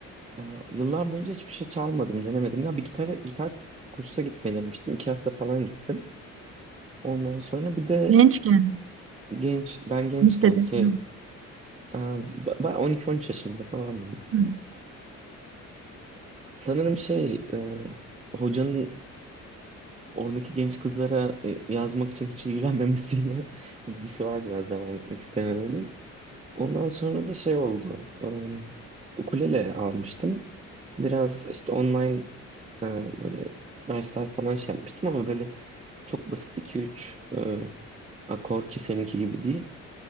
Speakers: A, on the right; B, on the right.
A: Ee, yıllar boyunca hiçbir şey çalmadım, denemedim. Ya bir gitar, gitar kursa gitmeyi denemiştim. İki hafta falan gittim. Ondan sonra bir de
B: Gençken,
A: genç, ben gençken
B: lisede.
A: şey,
B: falan.
A: e, ba- 12-13 yaşımda falan.
B: Hı
A: Sanırım şey, e, hocanın oradaki genç kızlara e, yazmak için hiç ilgilenmemesiyle <laughs> ilgisi var biraz devam etmek istemememin. Ondan sonra da şey oldu. Im, ukulele almıştım. Biraz işte online e, böyle dersler falan şey yapmıştım ama böyle çok basit iki üç akor ki seninki gibi değil.